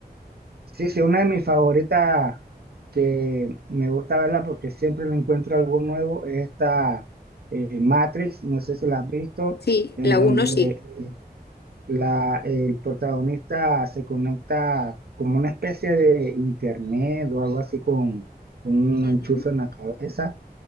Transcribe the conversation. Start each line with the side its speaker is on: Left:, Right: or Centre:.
Right: Sí, sí, una de mis favoritas que me gusta verla porque siempre le encuentro algo nuevo es esta eh, Matrix, no sé si la has visto,
Left: Sí,
Right: en
Left: la
Right: donde
Left: uno sí.
Right: eh, la, el protagonista se conecta como una especie de internet o algo así con un
Left: Ujú,
Right: enchufe en la cabeza.